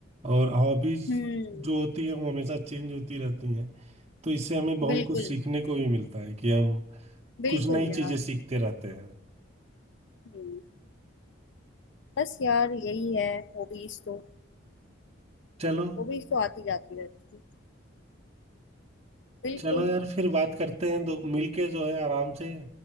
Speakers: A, on the right (about 30°); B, on the left (about 65°).
A: और हॉबीज
B: हम्म
A: जो होती है वो हमेशा चेंज होती रहती हैं तो इससे हमें बहुत
B: बिल्कुल
A: कुछ सीखने को भी मिलता है कि हम
B: बिल्कुल
A: कुछ नई
B: यार
A: चीजें सीखते रहते हैं
B: हम्म बस यार यही है हॉबीज तो
A: चलो
B: हॉबीज तो आती जाती रहती है बिल्कुल
A: चलो यार फिर बात करते हैं तो मिलके जो है आराम से